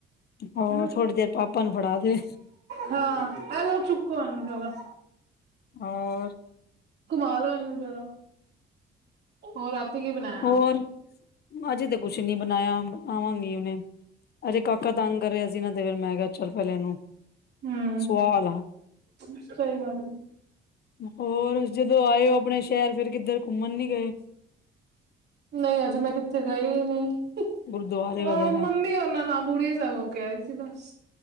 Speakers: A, on the left; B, on the right.
A: ਹਾਂ,
B: ਹਮ
A: ਥੋੜੀ ਦੇਰ ਪਾਪਾ ਨੂੰ ਫੜਾ ਦੇ।
B: ਹਾਂ ਇਹ ਲਓ ਚੁੱਕੋ ਇਹਨੂੰ ਜਰਾ
A: ਹੋਰ,
B: ਘੁਮਾ ਲਿਆਓ ਇਹਨੂੰ ਜਰਾ, ਹੋਰ ਰਾਤੀ ਕੀ ਬਣਾਇਆ
A: ਹੋਰ
B: ਹੁਣ?
A: ਅਜੇ ਤੇ ਕੁਛ ਨੀ ਬਣਾਇਆ ਬਣਾਵਾਂਗੀ ਹੁਣੇ ਅਜੇ ਕਾਕਾ ਤੰਗ ਕਰ ਰਿਹਾ ਸੀ ਨਾ ਤੇ ਫਿਰ ਮੈਂ ਕਿਹਾ ਚੱਲ ਪਹਿਲੇ ਇਹਨੂੰ
B: ਹਮ
A: ਸੋਆਲਾ।
B: ਸਹੀ ਗੱਲ
A: ਹੋਰ ਜਦੋਂ ਆਏ ਓ ਆਪਣੇ ਸ਼ਹਿਰ ਫਿਰ ਕਿੱਧਰ ਘੁੰਮਣ ਨੀ ਗਏ?
B: ਨਹੀਂ ਅਜੇ ਮੈਂ ਕਿੱਥੇ ਗਈ ਨਹੀਂ ਉਹ
A: ਗੁਰਦੁਆਰੇ ਵਗੈਰਾ।
B: ਮੰਮੀ ਉਹਨਾਂ ਨਾਲ ਬੂੜੇ ਸਾਹਿਬ ਹੋ ਕੇ ਆਏ ਸੀ ਬਸ